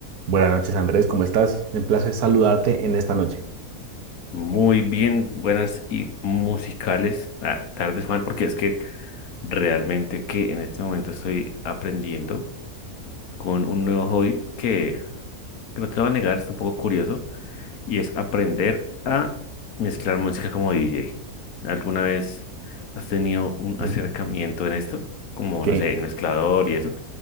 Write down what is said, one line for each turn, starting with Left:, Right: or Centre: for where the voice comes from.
Right: Buenas noches, Andrés, ¿cómo estás? Me place saludarte en esta noche.
Left: Muy bien, buenas y musicales. Ah, tardes, Juan, porque es que realmente que en este momento estoy aprendiendo con un nuevo hobby que, que no te lo voy a negar, es un poco curioso, y es aprender a mezclar música como DJ. ¿Alguna vez has tenido un acercamiento
Right: Mm,
Left: en esto? Como,
Right: Qué,
Left: no sé, el mezclador y eso.